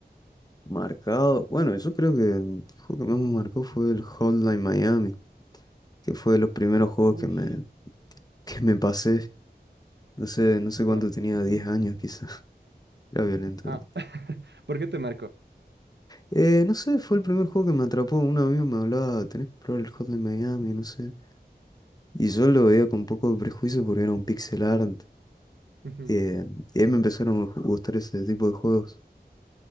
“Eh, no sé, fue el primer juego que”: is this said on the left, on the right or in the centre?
Left